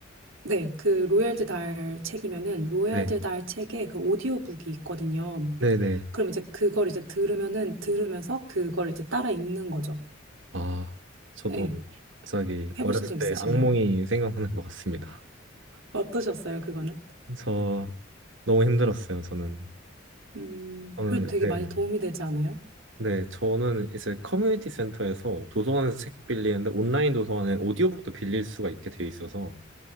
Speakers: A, on the right (about 85°); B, on the right (about 65°).
A: 네, 그 로얄드 달 책이면은 로얄드
B: 네.
A: 달 책에 그 오디오북이 있거든요.
B: 네네.
A: 그럼 이제 그걸 이제 들으면은 들으면서 그걸 이제 따라 읽는 거죠.
B: 아, 저도
A: 네,
B: 갑자기
A: 해보신
B: 어렸을
A: 적
B: 때
A: 있으신가요?
B: 악몽이 생각나는 것 같습니다.
A: 어떠셨어요, 그거는?
B: 저 너무 힘들었어요, 저는.
A: 음,
B: 저는
A: 그래도 되게
B: 네.
A: 많이 도움이 되지 않아요?
B: 네, 저는 이제 커뮤니티 센터에서 도서관에서 책 빌리는데 온라인 도서관에 오디오북도 빌릴 수가 있게 되어 있어서